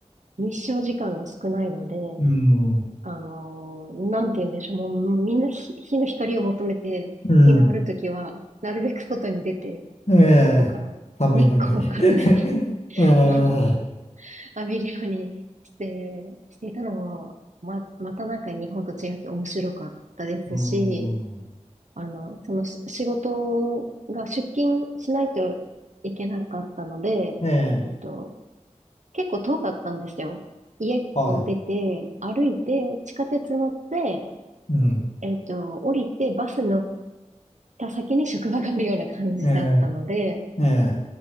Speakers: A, on the right (about 70°); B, on the left (about 60°).
A: 日照時間が少ないので、
B: うん、
A: あのーなんて言うんでしょう。もう、みんな日、日の光を求めて、
B: うん、
A: 日があるときは、なるべく外に出て、
B: ええ、
A: とか、
B: 寒いのに。
A: 日光を体に
B: <laughs>
A: <laughs>
B: ええ、
A: そう、浴びるようにして、していたのも、ま、またなんか日本と違って面白かったですし、
B: うん、
A: あの、そのし仕事が出勤しないといけなかったので、
B: ええ、
A: えっと、結構遠かったんですよ。家を出て、
B: はい、
A: 歩いて、地下鉄乗って、
B: うん、
A: えっと、降りて、バス乗った先に職場があるような感じだったので、
B: ええ、ええ、